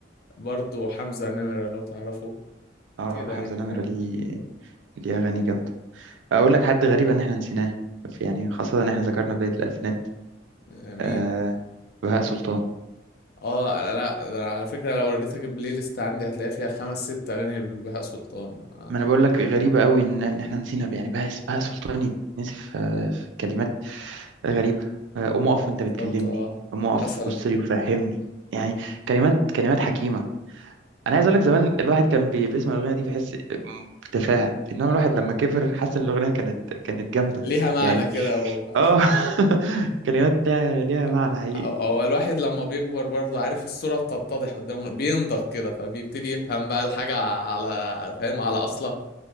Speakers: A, on the left; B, on the right.
A: برضه حمزة نمرة لو تعرفه
B: اه
A: كده
B: حمزة
A: يعني
B: نمرة
A: فاهم
B: ليه ليه اغاني جامدة اقول لك حد غريب ان احنا نسيناه يعني خاصة ان احنا ذكرنا بداية الالفينات
A: آه، مين
B: آه بهاء سلطان
A: اه لا لا ده على فكرة لو وريتك البلاي ليست عندي هتلاقي فيها خمس ست أغاني لبهاء سلطان آه،
B: ما انا بقول لك غريبه قوي ان ان احنا نسينا يعني بهاء بهاء سلطان يتنسي في في كلمات غريبه آه، قوم
A: بالظبط
B: اقف وانت بتكلمني
A: اه
B: قوم اقف
A: مثلا
B: بص لي وفهمني يعني كلمات كلمات حكيمه انا عايز اقول
A: اه
B: لك زمان الواحد كان بي- بيسمع الاغنيه دي بيحس بتفاهه انما الواحد لما كبر حس ان الاغنيه كانت كانت جامده
A: ليها معنى
B: يعني
A: كده و...
B: اه <laughs> كلمات ليها ليها معنى
A: <laughs>
B: حقيقي
A: أو, أو الواحد لما بيكبر برضه عارف الصورة بتتضح قدامه بينضج كده فبيبتدي يفهم بقى الحاجة على فاهم على أصلها